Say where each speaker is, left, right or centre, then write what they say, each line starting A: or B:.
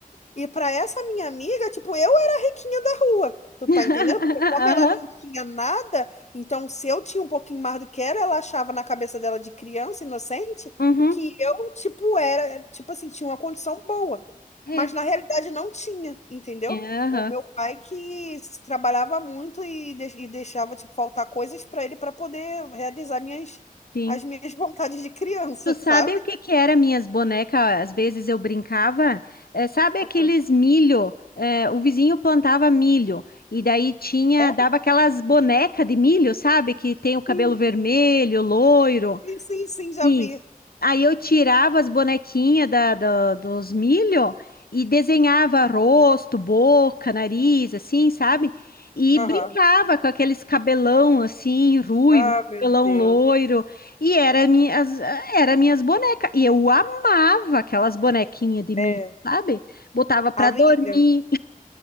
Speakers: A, on the left (about 50°); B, on the left (about 85°).
A: E para essa minha amiga, tipo, eu era a riquinha da rua. Tu
B: <laughs>
A: tá entendendo? Porque como ela
B: Aham.
A: não tinha nada, então se eu tinha um pouquinho mais do que ela, ela achava na cabeça dela de criança inocente
B: Uhum.
A: que eu, tipo, era, tipo assim, tinha uma condição boa.
B: É.
A: Mas na realidade não tinha, entendeu?
B: É, Aham,
A: O meu pai que se trabalhava muito e, de- e deixava, tipo, faltar coisas para ele para poder realizar minhas,
B: sim.
A: as minhas vontades de criança,
B: Tu sabe
A: <laughs> sabe?
B: o que que era minhas bonecas? Às vezes eu brincava, é, sabe aqueles
A: Aham.
B: milho? É, o vizinho plantava milho e daí tinha,
A: É,
B: dava aquelas bonecas de milho, sabe? Que tem o cabelo
A: sim,
B: vermelho, loiro.
A: sim, sim, já
B: Isso.
A: vi.
B: Aí eu tirava as bonequinhas da, da- dos milho e desenhava rosto, boca, nariz, assim, sabe? E
A: Aham.
B: brincava com aqueles cabelão assim, ruivo,
A: Ah, meu
B: cabelão
A: Deus.
B: loiro. E era minhas, era minhas bonecas. E eu amava aquelas bonequinhas de
A: É.
B: milho, sabe? Botava pra
A: Amiga,
B: dormir.